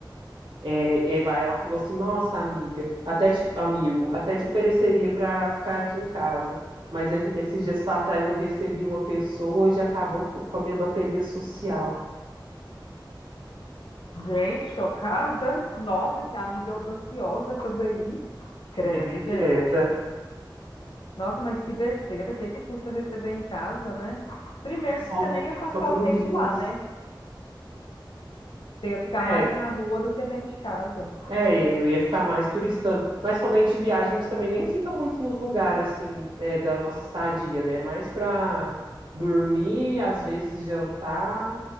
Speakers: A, on the right; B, on the left.
A: É, e vai, ela falou assim: Nossa, amiga, até te- amigo, até te ofereceria para ficar aqui em casa. Mas e- esses dias para trás eu recebi uma pessoa e já acabou to- com a minha bateria social.
B: Gente, chocada. Nossa, que amiga audaciosa essa daí. Credo,
A: É bem direta.
B: gente. Nossa, mas que besteira. O que que custa receber em casa, né? Primeiro
A: Só,
B: que você nem ia passar
A: só por
B: o
A: uns
B: tempo
A: dias.
B: lá, né? Você ia ficar mais
A: É,
B: na rua do que dentro de casa.
A: é, eu ia ficar mais turistando. Mas quando a gente viaja, a gente também nem fica muito nos lugares assim, é, da nossa estadia, né? Mais para dormir, às vezes jantar